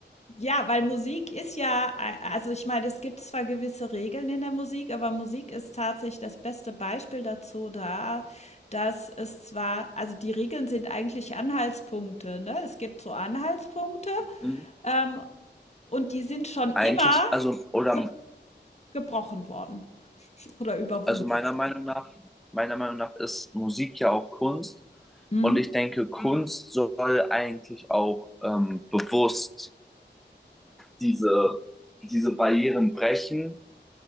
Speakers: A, on the left; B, in the centre.
A: Ja, weil Musik ist ja a also, ich meine, es gibt zwar gewisse Regeln in der Musik, aber Musik ist tatsächlich das beste Beispiel dazu da, dass es zwar also, die Regeln sind eigentlich Anhaltspunkte, ne? Es gibt so Anhaltspunkte,
B: mh,
A: ähm, und die sind schon immer
B: eigentlich, also, oder,
A: ge gebrochen worden <laughs> oder überwunden
B: also meiner
A: worden.
B: Meinung nach, meiner Meinung nach ist Musik ja auch Kunst
A: Mhm,
B: und ich denke, Kunst soll eigentlich auch ähm, bewusst diese, diese Barrieren brechen